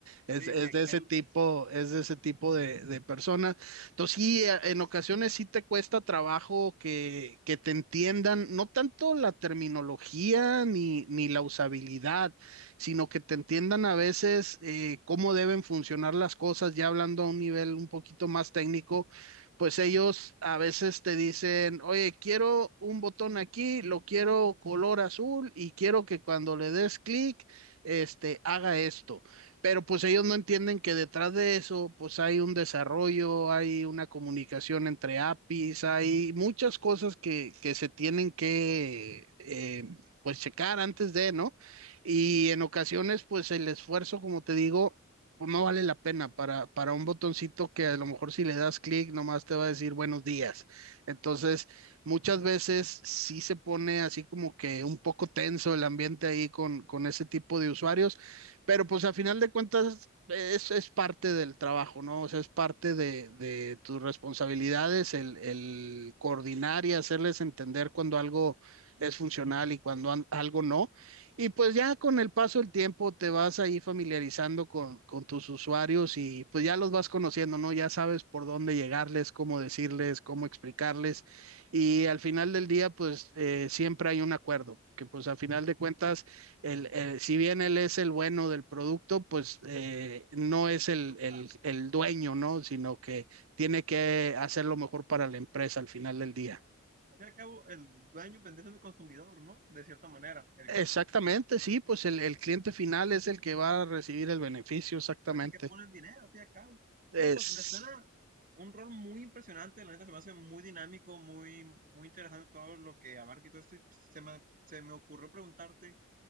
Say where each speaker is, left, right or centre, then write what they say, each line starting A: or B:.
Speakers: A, on the right; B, on the right.
A: Es,
B: Sí,
A: es
B: ni Excel,
A: de ese tipo,
B: pues,
A: es de ese tipo de, de personas. Entonces, sí, a- en ocasiones sí te cuesta trabajo que, que te entiendan, no tanto la terminología ni, ni la usabilidad, sino que te entiendan a veces eh, cómo deben funcionar las cosas, ya hablando a un nivel un poquito más técnico pues ellos a veces te dicen, oye, quiero un botón aquí, lo quiero color azul y quiero que cuando le des clic, este, haga esto. Pero pues ellos no entienden que detrás de eso, pues hay un desarrollo, hay una comunicación entre APIs, hay muchas cosas que, que se tienen que... eh, pues checar antes de, ¿no? Y en ocasiones, pues el esfuerzo, como te digo, pues no vale la pena para, para un botoncito que a lo mejor si le das clic nomás te va a decir buenos días. Entonces, muchas veces sí se pone así como que un poco tenso el ambiente ahí con, con ese tipo de usuarios, pero pues a final de cuentas es, es parte del trabajo, ¿no? O sea, es parte de, de tus responsabilidades el, el coordinar y hacerles entender cuando algo es funcional y cuando an- algo no. Y pues ya con el paso del tiempo te vas ahí familiarizando con, con tus usuarios y pues ya los vas conociendo, ¿no? Ya sabes por dónde llegarles, cómo decirles, cómo explicarles. Y al final del día, pues eh, siempre hay un acuerdo, que pues al final de cuentas, el, el- si bien él es el bueno del producto, pues eh, no es
B: tiene
A: el,
B: que buscar.
A: el, el dueño, ¿no? Sino que tiene que hacer lo mejor para la empresa al final del día.
B: Al fin y al cabo, el dueño vendría siendo consumidor, ¿no? De cierta manera. El
A: Exactamente, sí, pues el, el cliente final es el que va a recibir el beneficio, exactamente.
B: puede ser que pone el dinero, al fin y al cabo.
A: Es,
B: Oye, pues me suena un rol muy impresionante, la neta se me hace muy dinámico, muy, muy interesante todo lo que abarca y todo esto. y se me, se me ocurrió preguntarte,